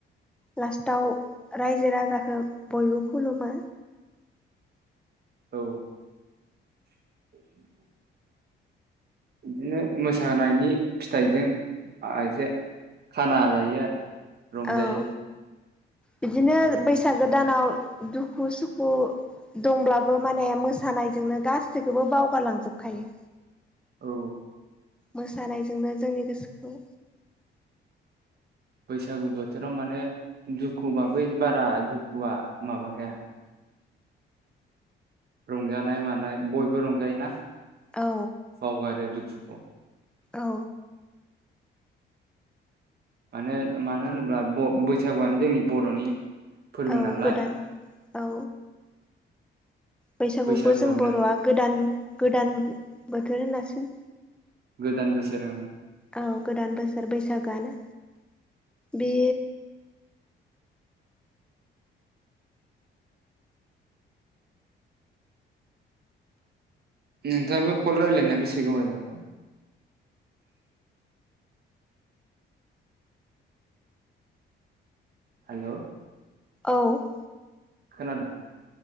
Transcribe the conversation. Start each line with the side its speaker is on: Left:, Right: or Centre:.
Centre: लास्टाव रायजो राजाखौ बयबो खुलुमो।
Right: औ। <inaudible> बिदिनो मोसानायनि फिथाइजों ओ एसे खाना जायो आरो रंजायो।
Centre: औ बिदिनो बैसागो दानाव दुखु सुखु दंब्लाबो माने मोसानायजोंनो गासैखौबो बावगारलांजोबखायो।
Right: औ।
Centre: मोसानायजोंनो जोंनि गोसोखौ
Right: बैसागु बोथोराव माने दुखुबाबो बारा दुखुआ माबाखाया। रंजानाय मानाय बयबो रंजायोना
Centre: औ
Right: बावगारो दुखु <unintelligible>
Centre: औ
Right: मानो मानो होनोब्ला ब बैसागुआनो जोंनि बर'नि फोरबो
Centre: औ
Right: नालाय।
Centre: गोदान औ बैसागुखौ
Right: बैसागुआवनो
Centre: जों बर'आ गोदान गोदान बोथोर होनासो
Right: गोदान बोसोराव
Centre: औ गोदान बोसोर बैसागानो बे
Right: नोंथाङा बे कल रायलायनाया बेसे गोबाव जाखो हेलौ
Centre: औ
Right: खोनादों।